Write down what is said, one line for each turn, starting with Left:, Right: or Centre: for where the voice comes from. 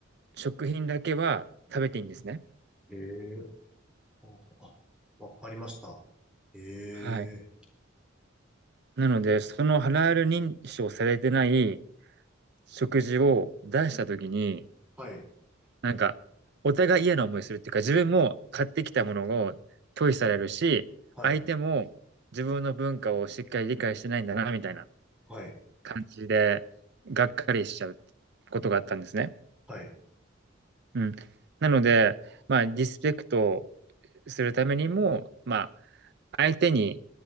Right: 食品だけは食べていいんですね。
Centre: ええー、あ、あ、わありました。ええ
Right: はい。なので、そのハラール認証されてない食事を出したときに、
Centre: はい、
Right: なんか、お互い嫌な思いするっていうか、自分も買ってきたものを拒否されるし、
Centre: はい、
Right: 相手も自分の文化をしっかり理解してないんだな、みたいな
Centre: はい、
Right: 感じで、がっかりしちゃうことがあったんですね。
Centre: はい、
Right: うん。なので、まあ、リスペクトするためにも、まあ、相手に、